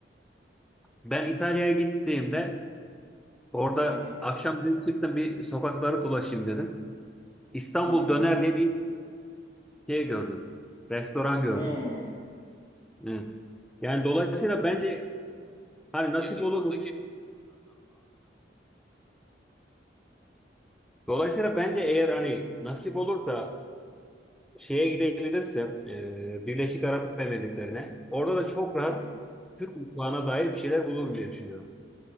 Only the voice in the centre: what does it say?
ben İtalya'ya gittiğimde orada
akşam dedim çıktım bir sokakları dolaşayım dedim. İstanbul
Döner diye bir şey gördüm. Restoran gördüm.
Evet. Yani dolayısıyla bence hani nasip olur mu? Dolayısıyla bence eğer hani nasip olursa şeye gidebilirsin, e, Birleşik Arap Emirlikleri'ne. Orada da çok rahat
Türk mutfağına dair bir şeyler bulurum diye düşünüyorum.